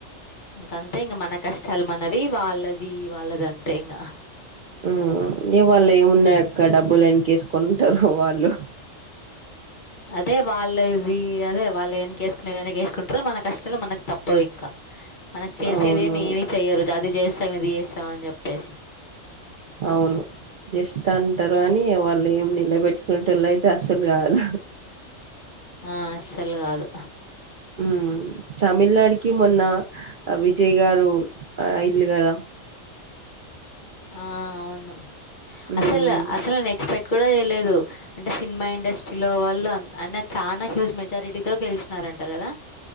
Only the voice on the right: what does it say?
మ్ ఏ వాళ్ళయి ఏమున్నాయక్క డబ్బులేనకేసుకుంటారు వాళ్ళు
అవును
అవును జస్ట్ అంటారు అని వాళ్ళు ఏం నిలబెట్టుకునే టోళ్ళు అయితే అసలు కాదు
మ్ తమిళనాడుకి మొన్న విజయ్ గారు అయిలు కదా
మ్మ్